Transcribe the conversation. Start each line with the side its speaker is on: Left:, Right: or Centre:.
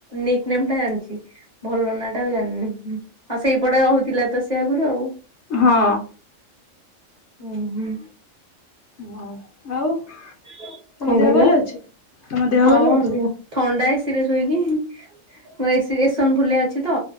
Right: ନିକ ନେମ୍ ଟା ଜାଣିଛି। ଭଲ ନାଟା ଆଉ ଜାଣିନି। ହଁ ସେଇପଟେ ରହୁଥିଲା ତ ସେ ସେ ଆଗରୁ ଆଉ।
Left: ହଁ।
Right: ହୁଁ ହୁଁ।
Left: ହଁ ଆଉ।
Right: <unintelligible>
Left: ତମ ଦେହ ଭଲ ଅଛି?
Right: ହଁ
Left: ତମ ଦେହ ଭଲ ଅଛି?
Right: ଥଣ୍ଡା ଏସିରେ ଶୋଇକି ମୋ ଏସି ଏସନଫୁଲିଆ ଅଛି ତ